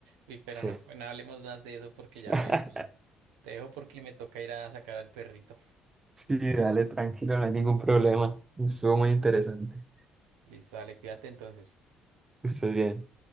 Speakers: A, on the right; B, on the right.
A: Uy, pero
B: Sí.
A: no, no hablemos más de eso porque ya
B: <laughs>
A: me dio miedo. Te dejo porque me toca ir a sacar al perrito.
B: Sí, dale, tranquilo, no hay ningún problema. Estuvo muy interesante.
A: Listo, dale, cuídate entonces.
B: Estés bien.